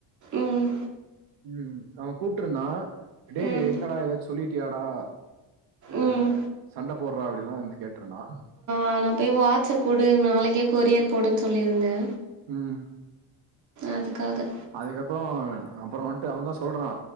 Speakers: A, on the right; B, on the right.
A: ம்.
B: ம் அவே கூப்ட்ருந்தா டே
A: ம்.
B: என்னடா எதாச்சு சொல்லிட்டியாடா ஆ
A: ம்.
B: சண்ட போட்ற அப்டில்லா வந்து கேட்ருன்னா
A: ஆ நா போய் வாட்ச குடு நாளைக்கே கொரியர் போடுன் சொல்லிருந்தே
B: ம்
A: அதுக்காக
B: அதுக்கப்றோ அப்றோ வன்ட்டு அவன் தா சொல்றா